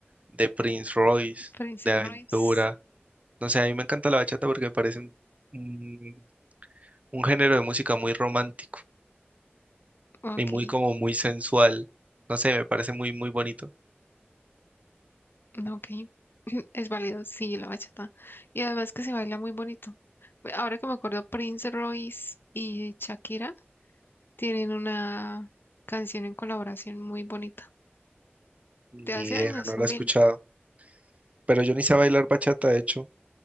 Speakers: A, on the right (about 35°); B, on the left (about 60°).
A: de Prince Royce,
B: Prince
A: de
B: Royce.
A: Aventura. No sé, a mí me encanta la bachata porque me parece un, un un género de música muy romántico.
B: Ok,
A: y muy como muy sensual. No sé, me parece muy, muy bonito.
B: ok. <laughs> <clears throat> Es válido, sí, la bachata. Y además que se baila muy bonito. Pues Ahora que me acuerdo, Prince Royce y Shakira tienen una canción en colaboración muy bonita. De hace
A: Ni idea,
B: años
A: no
B: también.
A: la he escuchado.
B: <laughs>
A: Pero yo ni sé bailar bachata, de hecho.